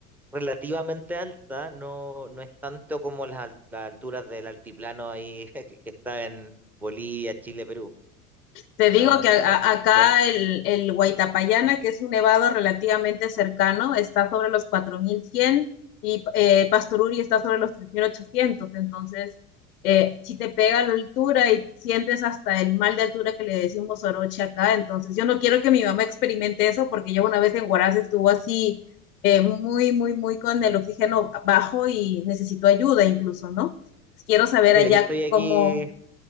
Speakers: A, in the centre; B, on the left.
A: relativamente alta, no, no es tanto como las, al- las alturas del altiplano ahí <laughs> que que está en Bolivia, Chile, Perú.
B: Te digo
A: No, no,
B: que
A: no,
B: a-
A: es tan-
B: a-
A: no,
B: acá
A: no.
B: el, el Huaytapallana, que es un nevado relativamente cercano, está sobre los 4100 y eh, Pastoruri está sobre los 3800. Entonces, eh, si te pega la altura y sientes hasta el mal de altura que le decimos oroche acá, entonces yo no quiero que mi mamá experimente eso porque yo una vez en Huaraz estuvo así eh, muy, muy, muy con el oxígeno bajo y necesitó ayuda incluso, ¿no? Pues Quiero saber
A: Mira,
B: allá
A: yo estoy aquí,
B: cómo,